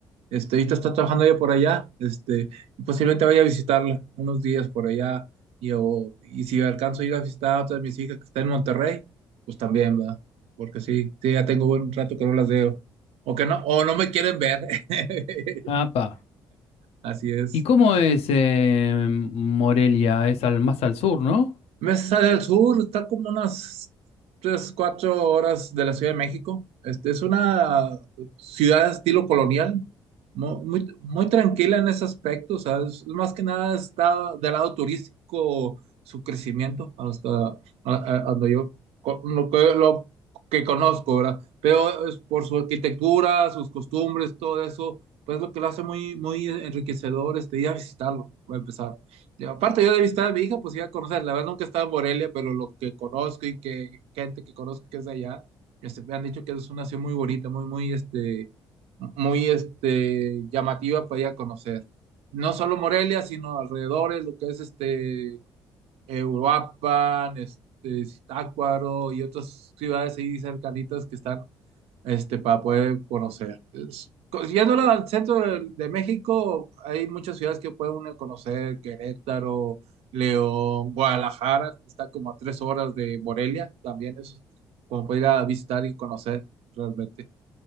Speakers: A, on the right (about 60°); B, on the left (about 60°).
A: Este, ahorita está trabajando ella por allá, este, y posiblemente vaya a visitarla unos días por allá, y, o- y si alcanzo a ir a visitar a otra de mis hijas que está en Monterrey, pues también, ¿verdad? Porque sí, sí, ya tengo buen rato que no las veo, o que no, o no me quieren ver, <laughs>
B: Apa.
A: así es.
B: ¿Y cómo es eh, Morelia? Es al, más al sur, ¿no?
A: Me sale al sur, está como unas 3 4 horas de la Ciudad de México. Este, es una ciudad de estilo colonial, ¿no? Muy, muy tranquila en ese aspecto, o sea, es- más que nada está del lado turístico su crecimiento hasta a- a- donde yo co- lo que, lo que conozco, ¿verdad? Pero es por su arquitectura, sus costumbres, todo eso, pues lo que lo hace muy, muy enriquecedor, este, ir a visitarlo, a empezar. Y aparte yo de visitar a mi hija, pues iba a conocer, la verdad nunca he estado en Morelia, pero lo que conozco y que gente que conozco que es de allá, este, me han dicho que es una ciudad muy bonita, muy, muy, este, muy, este, llamativa para ir a conocer. No solo Morelia, sino alrededores, lo que es, este, Uruapan, este, Zitácuaro y otras ciudades ahí cercanitas que están este, para poder conocer. Es- co- Yéndolo al centro de, de México, hay muchas ciudades que puede uno conocer, Querétaro, León, Guadalajara, está como a tres horas de Morelia, también es como para ir a visitar y conocer realmente.